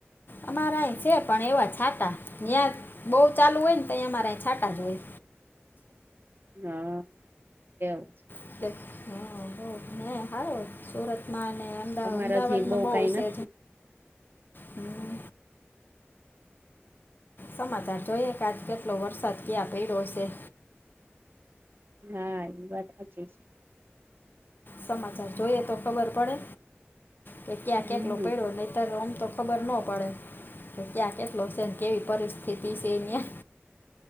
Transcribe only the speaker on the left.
અમારાય છે પણ એવા છાટા ત્યાં. બહ ચાલુ હોય ને તો અહીંયા અમારે છાટ જ હોય.
હ બ હ હ <unintelligible> સુરતમાં અને અમદા
અમદાવાદમાં
બહુ
છે.
હમ સમાચાર જોઈએ કે આજ કેટલો વરસાદ ક્યાં પડ્યો છે.
સમાચાર જોઈએ તો ખબર પડે કે ક્યાં
કેટલો પડ્યો નહીતર આમ તો. ખબર ન પડે કે ક્યાં કેટલો છેને કેવી પરિસ્થિતિ છે અહીંયા.